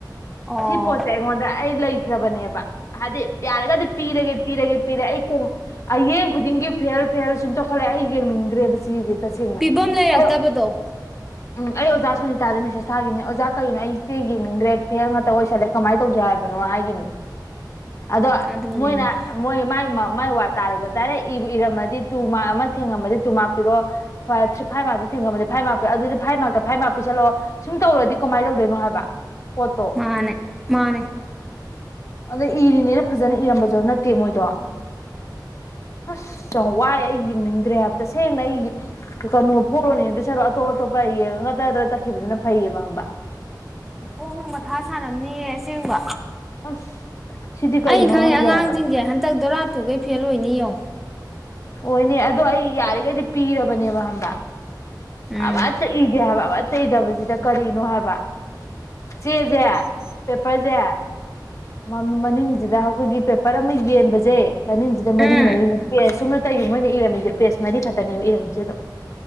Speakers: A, in the centre; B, on the left.
A: ꯑꯣ
B: ꯁꯤ ꯄꯣꯠꯁꯦ ꯑꯩꯉꯣꯟꯗ ꯑꯩ ꯂꯩ ꯄꯤꯔꯕꯅꯦꯕ ꯍꯥꯏꯗꯤ ꯌꯥꯔꯒꯗꯤ ꯄꯤꯔꯒꯦ ꯄꯤꯔꯒꯦ ꯄꯤꯔꯒꯦ ꯑꯩ ꯀꯣꯡ ꯑꯌꯦꯌꯦꯡ ꯈꯨꯗꯤꯡꯒꯤ ꯐꯦꯜ ꯐꯦꯅ ꯁꯨꯝ ꯊꯣꯛꯈꯠꯂ‌ꯦ ꯑꯩ ꯌꯦꯡꯅꯤꯡꯗ꯭ꯔꯦꯕ ꯁꯤꯗꯤ ꯇꯁꯦꯡꯅ
A: ꯄꯤꯐꯝ ꯂꯩꯔꯛꯇꯕꯗꯣ
B: ꯑꯩ ꯎꯝ ꯑꯩ ꯑꯣꯖꯥ ꯁꯨꯅꯤꯇꯥꯗ ꯃꯦꯁꯦꯁ ꯊꯥꯈꯤꯕꯅꯤ ꯑꯣꯖꯥ ꯀꯔꯤꯅꯣ ꯑꯩꯁꯦ ꯌꯦꯡꯅꯤꯡꯗ꯭ꯔꯦ ꯐꯦꯜ ꯉꯥꯛ ꯑꯣꯏꯁꯜꯂꯦ ꯀꯃꯥꯏꯅ ꯇꯧꯖꯦ ꯍꯥꯏꯕꯅꯣ ꯍꯥꯏꯒꯤꯅꯤ ꯑꯗꯣ
A: ꯑꯗꯨꯅꯤꯅꯦ
B: ꯃꯣꯏꯅ ꯃꯣꯏ ꯃꯥꯏ ꯃꯥꯏ ꯋꯥ ꯇꯥꯔꯒꯦ ꯗꯥꯏꯔꯦꯛ ꯏꯔꯝꯃꯗꯤ ꯇꯨ ꯑꯃ ꯊꯦꯡꯉꯝꯃꯗꯤ ꯇꯨ ꯃꯥꯛꯄꯤꯔꯣ ꯐꯥꯏꯚ ꯃꯥꯔꯛꯇ ꯊꯦꯡꯉꯝꯅꯤ ꯐꯥꯏꯚ ꯃꯥꯤ ꯑꯗꯨꯗꯤ ꯐꯚ ꯐꯥꯏꯚ ꯄꯩꯁꯜꯂꯛꯑꯣ ꯁꯨꯝ ꯇꯧꯔꯗꯤ ꯀꯃꯥꯏꯅ ꯇꯧꯗꯣꯏꯅꯣ ꯍꯥꯏꯕ ꯄꯣꯠꯇꯣ
A: ꯃꯥꯅꯦ ꯃꯥꯅꯦ
B: ꯑꯗ ꯏꯔꯤꯅꯦꯅ ꯐꯖꯅ ꯏꯔꯝꯕꯁꯨ ꯅꯠꯇꯦ ꯃꯣꯏꯗꯣ ꯑꯁ ꯌꯥꯝ ꯋꯥꯏ ꯑꯩ ꯌꯦꯡꯅꯤꯡꯗ꯭ꯔꯦ ꯍꯥꯏꯕ ꯇꯁꯦꯡꯅ ꯑꯩ ꯀꯩꯅꯣ ꯐꫭꯛꯂꯣꯟ ꯌꯦꯡꯗꯩ ꯁꯔꯨ ꯑꯇꯣꯞ ꯑꯇꯣꯞꯄ ꯌꯦꯡꯉꯒ ꯖꯔ ꯖꯌ ꯆꯠꯈꯤꯕꯗꯨꯅ ꯐꯩꯌꯦꯕ ꯑꯝꯕ
A: ꯏꯊꫭꯛꯅ ꯃꯊꯥ ꯁꯥꯔꯝꯅꯤꯌꯦ ꯑꯁꯦꯡꯕ
B: ꯑꯁ ꯁꯤꯗꯤ ꯀꯩꯅꯣ
A: ꯑꯩꯅ ꯈꯪꯏ
B: ꯈꯪꯗꯦ
A: ꯑꯉꯥꯡꯁꯤꯡꯁꯦ
B: ꯍꯥꯏꯕ
A: ꯍꯟꯗꯛ ꯗꯣꯔꯥꯇꯨꯈꯩ ꯐꯦꯜ ꯑꯣꯏꯅꯤ ꯌꯦꯉꯣ
B: ꯍꯣꯏꯅꯦ ꯑꯗꯣ ꯑꯩ ꯌꯥꯔꯤꯈꯩꯗꯤ ꯄꯤꯔꯕꯅꯦꯕ ꯍꯝꯕ
A: ꯎꯝ
B: ꯑꯃꯇ ꯏꯗꯦ ꯍꯥꯏꯕ ꯑꯃꯇ ꯏꯗꯕꯁꯤꯗ ꯀꯔꯤꯅꯣ ꯍꯥꯏꯕ ꯆꯦꯁꯦ ꯄꯦꯄꯔꯁꯦ ꯃꯅꯤꯡꯁꯤꯗ ꯑꯩꯈꯣꯏꯒꯤ ꯄꯦꯄꯔ ꯑꯃ ꯌꯦꯟꯕꯁꯦ ꯃꯅꯤꯡꯁꯤꯗ ꯃꯔꯤ
A: ꯎꯝ
B: ꯃꯔꯤ ꯅꯠꯇꯦ ꯁꯨꯝꯅ ꯇꯩꯒꯤ ꯃꯣꯏꯅ ꯏꯔꯝꯃꯤꯁꯦ ꯄꯦꯁ ꯃꯔꯤ ꯐꯛꯇꯅꯦꯕ ꯏꯔꯝꯃꯤꯁꯦ ꯑꯗꯨꯝ